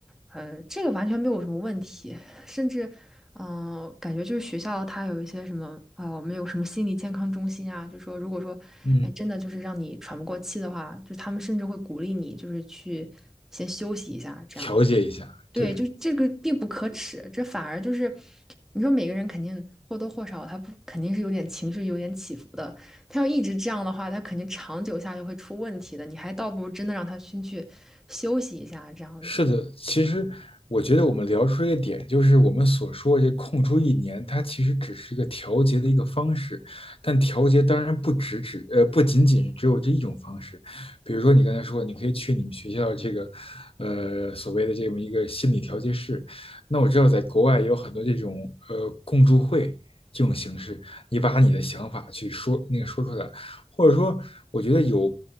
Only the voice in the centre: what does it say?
呃，这个完全没有什么问题，甚至嗯、呃感觉就是学校它有一些什么啊、我们有什么心理健康中心啊，就说如果说哎真的就是让你喘不过气的话，
就他们甚至会鼓励你就是去先休息一下这样。
对，
就这个并不可耻，这反而就是，你说每个人肯定或多或少，他不肯定是有点情绪有点起伏的。他要一直这样的话，他肯定长久下去会出问题的。你还倒不如真的让他先去休息一下，这样子。